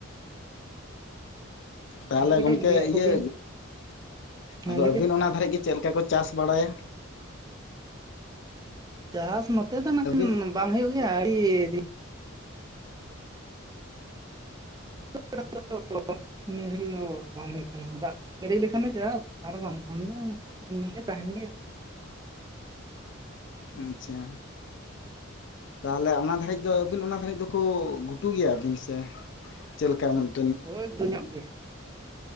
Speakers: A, on the left; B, on the right.
A: ᱛᱟᱦᱚᱞᱮ
B: ᱦᱳᱭ ᱠᱟᱹᱴᱤᱡ
A: ᱜᱚᱢᱠᱮ
B: ᱞᱟᱹᱭᱟᱠᱚ
A: ᱤᱭᱟᱹ
B: ᱵᱤᱱ ᱦᱮᱸ
A: ᱟᱫᱚ
B: ᱞᱟᱹᱭᱵᱤᱱ
A: ᱟᱹᱵᱤᱱ ᱚᱱᱟ ᱫᱷᱟᱨᱮᱡ ᱜᱮ ᱪᱮᱫ ᱞᱮᱠᱟ ᱠᱚ ᱪᱟᱥ ᱵᱟᱲᱟᱭᱟ?
B: ᱪᱟᱥ ᱱᱚᱛᱮ ᱫᱚ ᱱᱟᱜ
A: ᱟᱹᱵᱤᱱ
B: ᱠᱷᱟᱱ ᱵᱟᱝ ᱦᱳᱭᱳᱜ ᱜᱮᱭᱟ ᱟᱹᱲᱤ ᱫᱷᱤ <inaudible> <unintelligible> ᱵᱟᱝ ᱦᱩᱭᱩᱜ ᱠᱟᱱᱟ ᱫᱟᱜ ᱡᱟᱹᱲᱤ ᱞᱮᱠᱷᱟᱱᱮ ᱪᱟᱥ ᱟᱨ ᱵᱟᱝᱠᱷᱟᱱ ᱫᱚ ᱮᱢᱱᱤ ᱜᱮ ᱛᱟᱦᱮᱱ ᱜᱮᱭᱟ᱾
A: ᱟᱪᱷᱟ ᱛᱟᱦᱚᱞᱮ ᱚᱱᱟ ᱫᱷᱟᱨᱮᱡ ᱫᱚ ᱟᱹᱵᱤᱱ ᱚᱱᱟ ᱫᱷᱟᱨᱮᱡ ᱫᱚᱠᱚ ᱜᱷᱩᱴᱩ ᱜᱮᱭᱟᱵᱤᱱ ᱥᱮ ᱪᱮᱫ ᱞᱮᱠᱟ ᱢᱮᱱ
B: ᱦᱳᱭ ᱧᱚᱜ ᱜᱮ